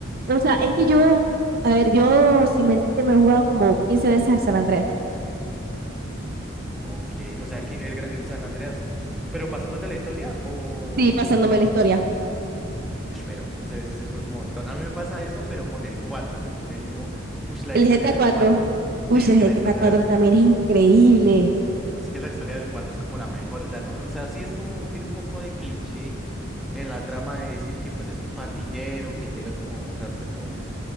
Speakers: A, on the right; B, in the centre.
A: Uy, O sea, es que yo, a ver, yo, sin mentirte, me he jugado como 15 veces al San Andreas.
B: Ok, o sea, aquí el, gra- el San Andreas, pero pasándote la historia o
A: Sí, pasándome
B: digamos,
A: la historia.
B: ush, pero 15 veces es un montón. A mí me pasa eso, pero con el 4 porque yo digo, uy, la
A: El
B: historia
A: GTA
B: del
A: 4,
B: cuatro Sí,
A: uy,
B: es
A: el
B: que
A: GTA
B: la historia.
A: 4 también es increíble.
B: Es que la historia del 4 es como la mejor, o sea, no, o sea, sí es como, tiene un poco de cliché en la trama de decir que pues es un pandillero que llega como a buscarse su,